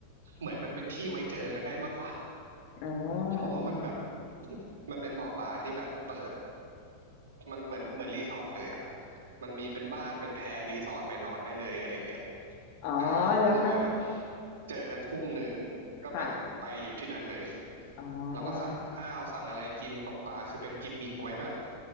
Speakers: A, on the right; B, on the left.
A: เหมือนมันเป็นที่ไว้เจอกันได้มากกว่า
B: อ๋อ
A: เพราะว่ามันแบบ
B: อืมอม
A: <clears throat> มันเป็นบ่อปลาที่แบบเปิด มันเหมือนเหมือนรีสอร์ทเลยอ่ะมันมีเป็นบ้านเป็นแพรรีสอร์ทไปนอนได้เลยอะไรเงี้ย
B: อ๋อ
A: อ่าเราก็จะไปแบบ
B: แล้วก็
A: เจอกันทุ่มหนึ่งก็ไปไปอยู่ที่นั่นเลย
B: ค่ะอ๋อ
A: เราก็สั่งข้าวสั่งอะไรกินตกปลาคือเป็นกิมมิกไว้แบบ